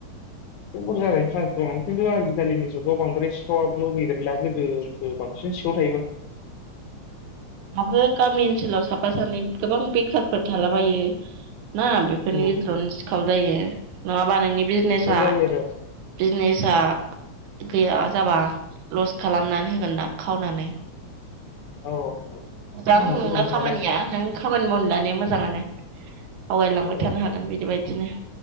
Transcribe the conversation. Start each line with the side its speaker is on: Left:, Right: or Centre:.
Left: बे बुर जानायनि सान्स दं खिन्थु आजिखालिनि जुगाव बांद्राय सिखावाबो गैद्रायला गोदोसो बांसिन सिखाव थायोमोन।
Right: हाबो गामि ओनसोलाव साफा सानै गोबां बेखारफोर थालाबायो ना बेफोरनि
Left: उम
Right: गेजेरावनो सिखाव जायो। नङाब बा नोंनि बिजनेसा
Left: सिखाव जायो आरो
Right: बिजनेसा गैया जाबा ल'स खालामनानै होगोन ना खावनानै
Left: औ औ
Right: मोजां
Left: नंगौ
Right: नोंना
Left: नंनायालाय
Right: खामानिया नों खामानि मावनो लानाया मो जाङानो आवगायलांबाय
Left: औ
Right: थानो हागोन बिदिबायदिनो।